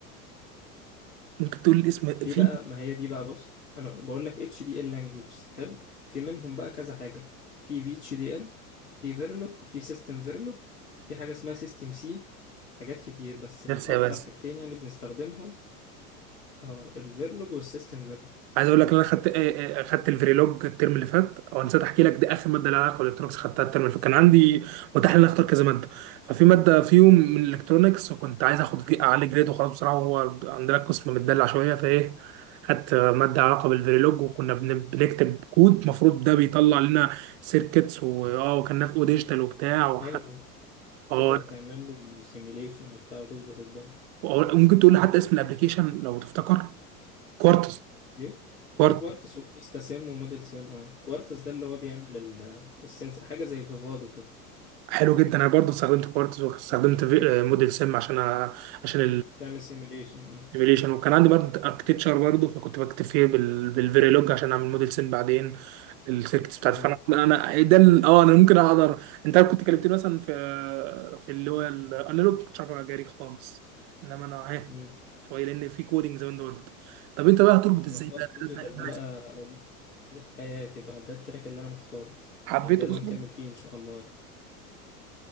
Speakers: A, on the right; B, on the left.
A: ممكن تقول الاسم
B: في
A: في
B: بقى ما هي دي بقى بص انا بقول لك HDL language حلو في منهم بقى كذا حاجة في VHDL في Verilog في System Verilog في حاجة اسمها System C حاجات كتير بس الاكتر
A: بس يا بس
B: حاجتين يعني بنستخدمهم اه الفيرلوج والسيستم فيرلوج
A: عايز اقول لك ان انا خدت آه، آه، خدت الفريلوج الترم اللي فات او نسيت احكي لك دي اخر ماده لها علاقه بالالكترونكس خدتها الترم اللي فات كان عندي متاح ان انا اختار كذا ماده ففي ماده فيهم من الالكترونكس وكنت عايز اخد جي- اعلي جريد وخلاص بصراحه هو عندنا قسم متدلع شويه فايه خدت آه، ماده علاقه بالفريلوج وكنا بن- بنكتب كود المفروض ده بيطلع لنا سيركتس واه وكان في ديجيتال وبتاع وحتى
B: ايوه
A: اه
B: تبدأ تعمل له سيميليشن وبتاع وتظبط الدنيا
A: وممكن تقول لي حتى اسم الابلكيشن لو تفتكر كوارتز
B: ايه في
A: كوارتز
B: كوارتز وكويستا سيم وموديل سيم اه كوارتز ده اللي هو بيعمل ال- السنس حاجه زي فيفادو كده
A: حلو جدا انا برضو استخدمت كوارتز واستخدمت في- آه، موديل سم عشان أ- عشان
B: تعمل سيميليشن اه
A: السيميوليشن وكان عندي برضو اركتشر برضو فكنت بكتب فيه بال- بالفيريلوج عشان اعمل موديل سم بعدين السيركتس بتاعتي
B: امم
A: فانا انا ده ال- اه انا ممكن اقدر انت كنت كلمتني مثلا في في اللي هو الانالوج كنتش عارف اجاري خالص انما انا اهي
B: امم
A: شويه لان في كودنج زي ما انت قلت طب انت بقى هتربط
B: ما
A: ازاي
B: هو
A: ده
B: الديجيتال
A: ده- ده-
B: ده بقى
A: ده-
B: دي حياتي بقى ده التراك اللي انا مختاره
A: حبيته
B: يعني ده اللي
A: اصلا
B: انا مكمل فيه ان شاء الله يعني.